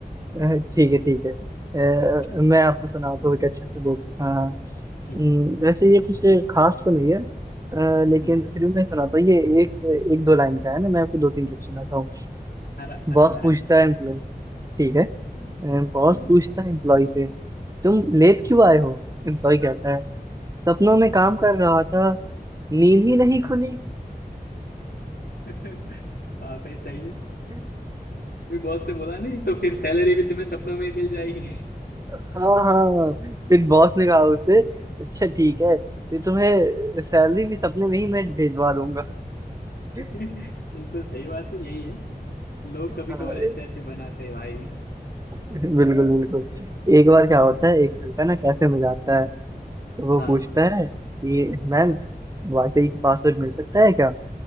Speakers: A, on the right (about 20°); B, on the left (about 70°).
A: अह, ठीक है ठीक है अह,
B: हाँ,
A: मैं आपको सुनाता हूँ एक अच्छे से जोक हाँ हम्म,
B: ठीक
A: वैसे ये कुछ खास तो नहीं है अह, लेकिन
B: हम्म,
A: फिर भी मैं सुनाता हूँ ये एक एक दो लाइन का है ना मैं आपको दो तीन जोक सुनाता हूँ
B: आरा,
A: बॉस
B: आराम आराम
A: पूछता
B: से सुनो
A: है एम्प्लॉय से ठीक
B: हम्म,
A: है बॉस
B: हम्म।
A: पूछता है एम्प्लॉय से तुम लेट क्यों आए हो एम्प्लॉय कहता है सपनों में काम कर रहा था नींद ही नहीं खुली
B: <laughs> हाँ भाई सही है
A: <laughs>
B: भी बॉस से बोला नहीं तो फिर सैलरी भी तुम्हें सपनों में ही मिल जाएगी
A: हाँ हाँ फिर बॉस ने कहा उसे अच्छा ठीक है फिर तुम्हें सैलरी भी सपने में ही मैं भेजवा दूंगा <laughs>
B: <laughs> बिल्कुल सही बात है यही है लोग कभी
A: हाँ
B: कभार ऐसे ऐसे बनाते हैं भाई
A: बिल्कुल बिल्कुल एक बार क्या होता
B: हम्म,
A: है एक लड़का ना कैफे में जाता है तो वो
B: हाँ
A: पूछता है कि मैम वाईफाई का पासवर्ड मिल सकता है क्या